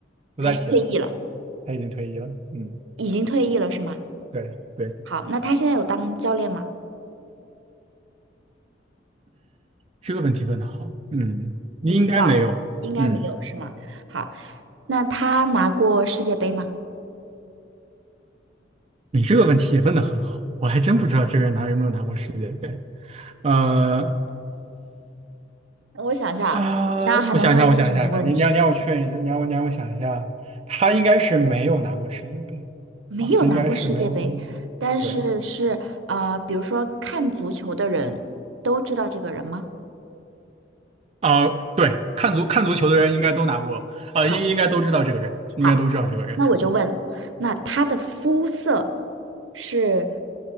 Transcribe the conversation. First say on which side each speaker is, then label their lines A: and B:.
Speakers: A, on the right; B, on the right.
A: 不再提了，
B: 还是退役了？
A: 他已经退役了。嗯，
B: 已经退役了是吗？
A: 对对，
B: 好，那他现在有当教练吗？
A: 这个问题问的好。嗯，你应该没有。
B: 你不知道，应该没有是吗？
A: 嗯，
B: 好，那他拿过世界杯吗？
A: 你这个问题也问的很好，我还真不知道这个人拿有没有拿过世界杯。呃，
B: 我想想，
A: 啊、
B: 想想还能问些什么问题？
A: 我想一下，我想一下，你你让你让我确认一下，你让我你让我想一下，他应该是没有拿过世界杯
B: 没有拿过世界杯，
A: 啊，他应该是没有拿过，
B: 但是是呃，
A: 对，
B: 比如说看足球的人都知道这个人吗？
A: 啊、对，看足看足球的人应该都拿过，啊、
B: 好，
A: 应应该都知道这个人，应该都知道这个人，
B: 好，那我就问，那他的肤色是